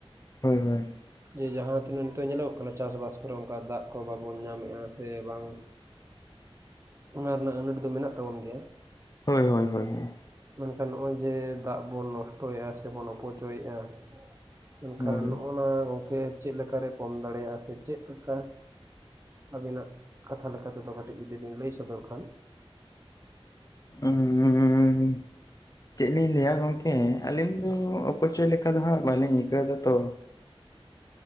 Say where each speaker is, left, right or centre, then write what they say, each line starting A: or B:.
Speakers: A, on the left (about 35°); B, on the right (about 30°).
A: ᱦᱳᱭ ᱦᱳᱭ᱾
B: ᱡᱮ ᱡᱟᱦᱟᱸ ᱛᱤᱱᱟᱹᱜ ᱱᱤᱛᱚᱜ ᱧᱮᱞᱚᱜᱚᱜ ᱠᱟᱱᱟ ᱪᱟᱥᱵᱟᱥ ᱠᱚᱨᱮ ᱚᱱᱠᱟ ᱫᱟᱜ ᱠᱚ ᱵᱟᱵᱚᱱ ᱧᱟᱢᱮᱫᱼᱟ ᱥᱮ ᱵᱟᱝ᱾ ᱚᱱᱟ ᱨᱮᱱᱟᱜ ᱟᱹᱱᱟᱹᱴ ᱫᱚ ᱢᱮᱱᱟᱜ ᱛᱟᱵᱚᱱ ᱜᱮᱭᱟ᱾
A: ᱦᱳᱭ ᱦᱳᱭ ᱦᱳᱭ ᱦᱳᱭ᱾
B: ᱢᱮᱱᱠᱷᱟᱱ ᱱᱚᱜᱼᱚᱭ ᱡᱮ ᱫᱟᱜ ᱵᱚᱱ ᱱᱚᱥᱴᱚᱭᱮᱫᱼᱟ ᱥᱮ ᱵᱚᱱ ᱚᱯᱚᱪᱚᱭᱮᱫᱼᱟ᱾ ᱢᱮᱱᱠᱷᱟᱱ
A: ᱦᱳᱭ
B: ᱱᱚᱜᱼᱱᱟ ᱜᱚᱝᱠᱮ ᱪᱮᱫ ᱞᱮᱠᱟᱨᱮ ᱠᱚᱢ ᱫᱟᱲᱮᱭᱟᱜᱼᱟ? ᱥᱮ ᱪᱮᱫ ᱞᱮᱠᱟ ᱟᱵᱤᱱᱟᱜ ᱠᱟᱛᱷᱟ ᱞᱮᱠᱟ ᱛᱮ ᱫᱚ ᱠᱟᱹᱴᱤᱡ ᱡᱩᱚᱫᱤ ᱵᱤᱱ ᱞᱟᱹᱭ ᱥᱚᱫᱚᱨ ᱠᱷᱟᱱ᱾
A: ᱮᱸᱻ ᱪᱮᱫ ᱞᱤᱧ ᱞᱟᱹᱭᱟ ᱜᱚᱝᱠᱮ ᱟᱹᱞᱤᱧ ᱫᱚ ᱚᱯᱚᱪᱚᱭ ᱞᱮᱠᱟ ᱫᱚ ᱦᱟᱸᱜ ᱵᱟᱹᱞᱤᱧ ᱟᱹᱭᱠᱟᱹᱣ ᱫᱟ ᱛᱚ᱾